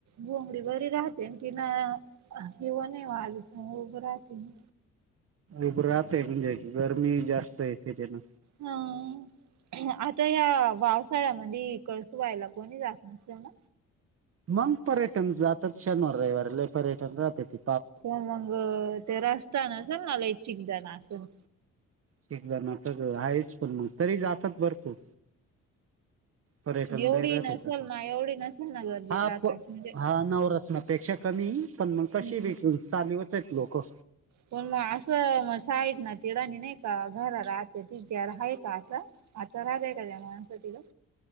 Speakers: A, on the right (about 70°); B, on the right (about 50°).
A: घोंगडी बरी राहतेन. तिनं हिव नाही वाजत, ऊब राहती नं.
B: ऊब राहातय. म्हणजे, गरमी जास्त येते त्यानं.
A: हां. आता ह्या पावसाळ्यामधी, कळसूबाईला कोणी जात नसल ना?
B: मग, पर्यटन जातात शनवार रयवार. लय पर्यटक जात्याती.
A: हो मग, ते रास्ता नसल ना लई चिकदाण आसन.
B: चिकदान आता तर हायच, पण तरी जातात भरपूर. पर्यटन
A: पण एवढी
B: लय राहत्यातं
A: नसेल
B: तिथं.
A: ना एवढी नसेल ना गर्दी
B: हा
A: राहत
B: प,
A: अशी म्हणजे
B: हा नवरत्नात पेक्षा कमी, पण मग <unintelligible>
A: हम्म
B: आहेत लोकं.
A: पण मग असं, म साईट ना. ती राणी नाही का, घरं राहत्याती. त्यार हाय का आता? आता राहते का त्या माणसं तिथं?